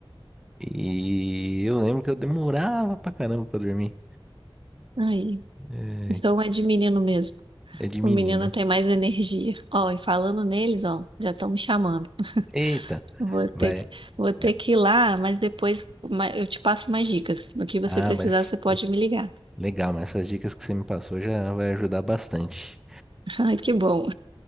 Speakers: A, in the centre; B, on the right.
A: E eu lembro que eu demorava pra caramba pra dormir.
B: Aí.
A: É,
B: Então é de menino mesmo.
A: é de
B: O
A: menina.
B: menino tem mais energia. Ó, e falando neles, ó, já estão me chamando.
A: Eita,
B: Vou ter
A: vai,
B: que, vou ter
A: vai.
B: que ir lá, mas depois ma- eu te passo mais dicas. No que você
A: Ah,
B: precisar,
A: mas
B: você pode me ligar.
A: legal, mas essas dicas que você me passou já vai ajudar bastante.
B: <laughs> Ai, que bom.